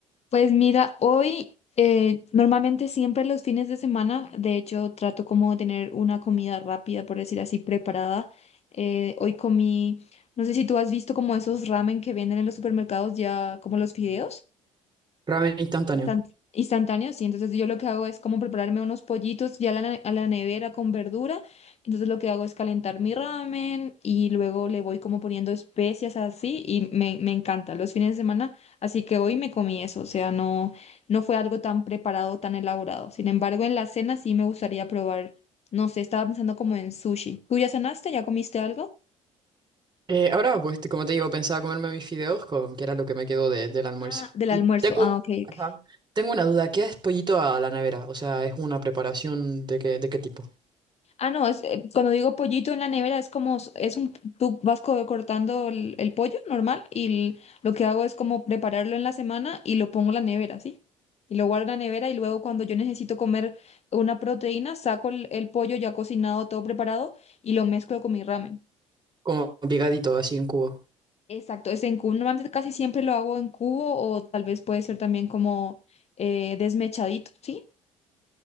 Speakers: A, on the left; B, on the right.
A: Pues mira, hoy eh, normalmente siempre los fines de semana, de hecho trato como de tener una comida rápida, por decir así, preparada. Eh, hoy comí, no sé si tú has visto como esos ramen que venden en los supermercados ya, como los fideos.
B: Ramen instantáneo.
A: Instant- Instantáneo, sí. Entonces yo lo que hago es como prepararme unos pollitos ya a la, ne- a la nevera con verdura. Entonces lo que hago es calentar mi ramen y luego le voy como poniendo especias así y me, me encanta los fines de semana. Así que hoy me comí eso, o sea, no, no fue algo tan preparado, tan elaborado. Sin embargo, en la cena sí me gustaría probar, no sé, estaba pensando como en sushi. ¿Tú ya cenaste? ¿Ya comiste algo?
B: Eh, ahora, pues, te- como te digo, pensaba comerme mis fideos, con, que era lo que me quedó de- del almuerzo.
A: Ah, del
B: Y
A: almuerzo.
B: tengo,
A: Ah, ok,
B: ajá,
A: ok.
B: tengo una duda, ¿qué es pollito a la nevera? O sea, ¿es una preparación de qué, de qué tipo?
A: Ah, no, es, eh, cuando digo pollito en la nevera es como, s- es un, tú vas co- cortando el, el pollo normal y l- lo que hago es como prepararlo en la semana y lo pongo en la nevera, ¿sí? Y lo guardo en la nevera y luego cuando yo necesito comer una proteína, saco el, el pollo ya cocinado, todo preparado y lo mezclo con mi ramen.
B: Como picadito, así en cubo.
A: Exacto, es en cubo. Normalmente casi siempre lo hago en cubo o tal vez puede ser también como eh, desmechadito, ¿sí?